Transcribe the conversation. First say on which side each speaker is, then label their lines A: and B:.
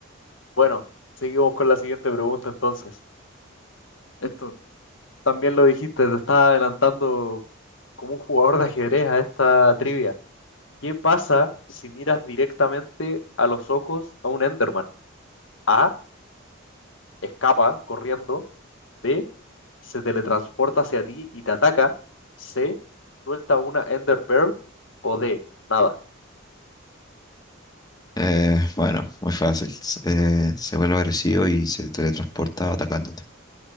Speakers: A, on the left; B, on the left.
A: Bueno, seguimos con la siguiente pregunta entonces. Esto también lo dijiste, te estás adelantando como un jugador de ajedrez a esta trivia. ¿Qué pasa si miras directamente a los ojos a un Enderman? A, escapa corriendo. B, se teletransporta hacia ti y te ataca. C, suelta una Ender Pearl. O D, nada.
B: Eh, bueno, muy fácil. S- eh, se vuelve agresivo y se teletransporta atacándote.